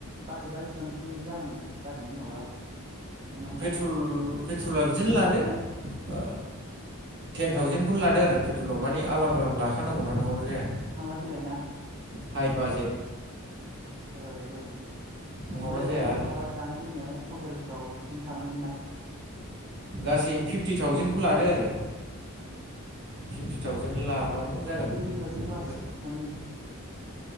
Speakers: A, on the right (about 35°); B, on the right (about 50°).
A: बाजेटआ बेसेबांसोनि जानांगोन जागोन जेनबा हमनानै
B: पेट्रल
A: लायोबा
B: पेट्रला बिदिनो लादो ओ टेन थावजेनडखौनो लादो आरो पेट्रलाव माने आलाम आलाम ला खानांगौना
A: औ
B: नंङाबा जाया
A: थांलाय फैलाय ना
B: हाइ बाजेट
A: हाइ बाजेत औ
B: नङाबा
A: ओमफ्राय ओरैहाय
B: जाया आरो
A: थाबाय जानाय लोंनायावहाय हटेलफ्राव बिदिनो थानांगोन ना
B: गासै फिफ्टि थावजेेनखौ लादो आरो फिफ्टि थावजेन
A: औ
B: लाबानो जागोन
A: फिफ्टि थावजेन प्लास
B: कमप्लिट
A: माने